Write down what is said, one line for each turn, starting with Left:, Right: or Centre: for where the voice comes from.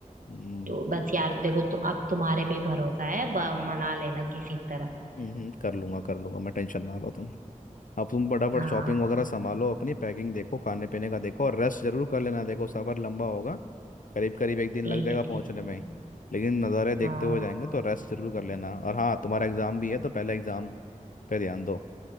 Left: हम्म
Right: तो बस यार देखो तो अब तुम्हारे पे ही भरोसा है ब- मना लेना किसी तरह
Left: हम्म, कर लूंगा कर लूंगा मैं टेंशन ना लो तुम अब तुम फटाफट
Right: हाँ
Left: शॉपिंग वगैरह संभालो अपनी पैकिंग देखो खाने पीने का देखो और रेस्ट जरूर कर लेना देखो सफ़र लंबा होगा करीब करीब एक दिन
Right: ठीक
Left: लग जाएगा
Right: है
Left: पहुंचने
Right: ठीक
Left: में ही। लेकिन नज़ारे देखते
Right: हाँ
Left: हुए जाएंगे तो रेस्ट जरूर कर लेना और हाँ तुम्हारा एग्ज़ाम भी है तो पहले एग्ज़ाम पे ध्यान दो